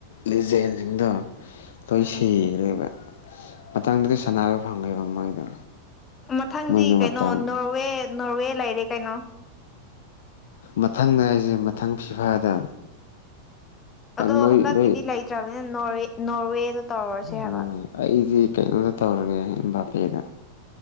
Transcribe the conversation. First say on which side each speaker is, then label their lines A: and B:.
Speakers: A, on the left (about 60°); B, on the left (about 20°).
A: ꯂꯤꯖ‌ꯦꯟ ꯁꯤꯡꯗ‌‌ꯣ ꯂꯣꯏ
B: ꯎꯝ
A: ꯁꯤꯒ꯭ꯔꯦꯕ ꯃꯗꯪꯗꯗꯤ ꯁꯥꯟꯅꯕ ꯐꯪꯉ‌ꯣꯏꯕ ꯃꯣꯏꯗꯣ
B: ꯃꯊꯪꯗꯤ
A: ꯃꯣꯏꯒꯤ
B: ꯀꯩꯅꯣ
A: ꯃꯇꯝ
B: ꯅꯣꯔꯋꯦ ꯅꯣꯔꯋꯦ ꯂꯩꯔꯦ ꯀꯩꯅꯣ
A: ꯃꯊꯪꯗ ꯍꯥꯏꯖ‌ꯦ ꯃꯊꯪ ꯐꯤꯐꯥꯗ
B: ꯑꯗꯣ
A: ꯅꯣꯏ
B: ꯍꯟꯗꯛꯀꯤꯗꯤ
A: ꯂꯣꯏ
B: ꯂꯩꯇ꯭ꯔꯕꯅꯤꯅ ꯅ‌ꯣꯔꯋ‌ꯦ ꯅꯣꯔꯋꯦꯗꯣ ꯇꯧꯔꯁꯦ ꯍꯥꯏꯕ
A: ꯎꯝ ꯑꯩꯗꯤ ꯀꯩꯅꯣꯗ ꯇꯧꯔꯒꯦ ꯕꯥꯄꯦꯗ